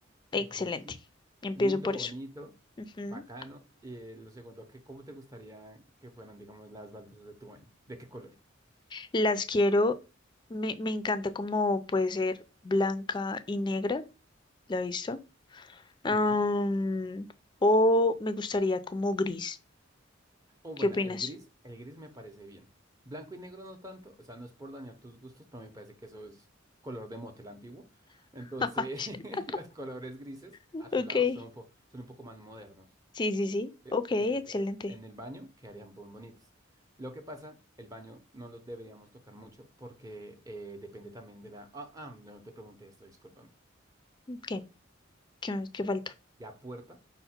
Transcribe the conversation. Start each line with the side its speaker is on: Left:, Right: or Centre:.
Left: Excelente.
Right: Mejor un piso
Left: Empiezo
Right: lindo,
Left: por
Right: bonito,
Left: eso. Ujú.
Right: bacano. Y eh, lo segundo, que ¿cómo te gustaría que fueran, digamos, las baldosas de tu baño? ¿De qué color?
Left: Las quiero. Me, me encanta como puede ser blanca y negra. ¿La he visto? Am,
Right: Ujú.
Left: o me gustaría como gris.
Right: O
Left: ¿Qué
Right: bueno,
Left: opinas?
Right: el gris, el gris me parece bien. Blanco y negro no tanto, o sea, no es por dañar tus gustos, pero me parece que eso es color de motel antiguo. Entonces,
Left: <laughs>
Right: <laughs> los colores grises
Left: Ok,
Right: azulados
Left: sí,
Right: son un po- son un poco más modernos,
Left: sí, sí.
Right: ¿sí?
Left: Ok, excelente.
Right: Entonces, en el baño quedarían muy bonitos. Lo que pasa, el baño no los deberíamos tocar mucho porque eh, depende también de la... Ah, ah, no te pregunté esto, discúlpame.
Left: ¿Qué? ¿Qué, qué falta?
Right: ¿Ya puerta